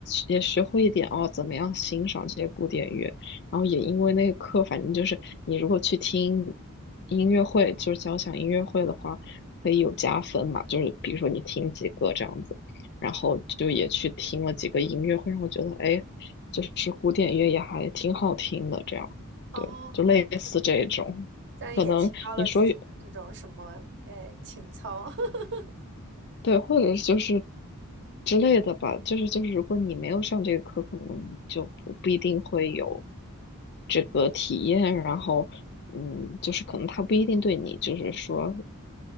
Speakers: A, on the left; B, on the right.
A: 也学会一点哦，怎么样欣赏这些古典乐。然后也因为那个课，反正就是你如果去听音乐会，就是交响音乐会的话，可以有加分嘛。就是比如说你听几个这样子，然后就也去听了几个音乐会，让我觉得哎，就是古典乐也还挺好听的。这样，
B: 哦，
A: 对，就类似这种。
B: 但也提高了自己的这种什么呃情操，
A: 可能你说
B: <laughs>
A: 对，或者是就是之类的吧，就是就是，如果你没有上这个课，可能你就不不一定会有这个体验，然后嗯，就是可能他不一定对你就是说